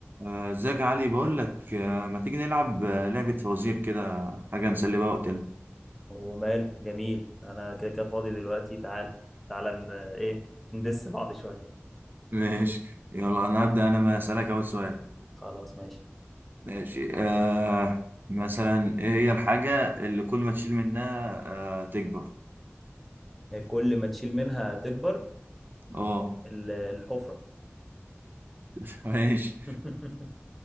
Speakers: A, on the right; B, in the centre.
A: آه، ازيك يا علي بقول لك آه، ما تيجي نلعب آه، لعبة فوازير كده حاجة نسلي بقى وقتنا
B: وماله جميل انا كده كده فاضي دلوقتي تعال تعال ن... ايه ندس بعض شويه
A: ماشي يلا انا هبدأ انا ما اسألك اول سؤال
B: خلاص ماشي
A: ماشي آه مثلا ايه هي الحاجة اللي كل ما تشيل منها آه تكبر
B: آه، كل ما تشيل منها تكبر
A: اه
B: ال- الحفره
A: <laughs> ماشي
B: <laughs>